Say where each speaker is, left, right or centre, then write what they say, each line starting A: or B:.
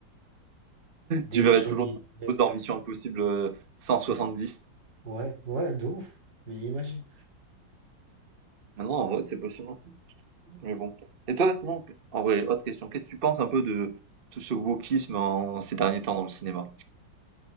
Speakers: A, on the right; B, on the right.
A: des
B: Tu verrais
A: Johnny
B: toujours Tom
A: Depp.
B: Cruise dans Mission Impossible euh, 170.
A: C'est ça. Ouais, ouais, de ouf. Mais imagine.
B: Maintenant, en vrai, c'est possible. hein. Mais bon. Et toi, sinon, en vrai, autre question. Qu'est-ce que tu penses un peu de tout ce wokisme en ces derniers temps dans le cinéma?